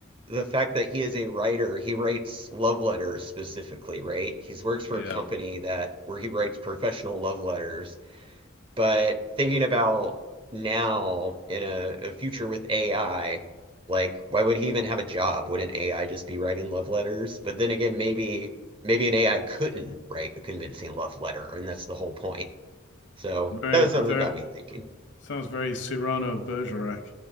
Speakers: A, on the right (about 25°); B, on the left (about 65°).
A: the fact that he is a writer, he writes love letters specifically, right? He works for
B: Yeah.
A: a company that where he writes professional love letters. But thinking about now in a, a future with AI, like why would he even have a job? Wouldn't AI just be writing love letters? But then again, maybe maybe an AI couldn't write a convincing love letter, and that's the whole point. So
B: Very,
A: that was something
B: very,
A: that got me thinking.
B: sounds very Cyrano Bergerac.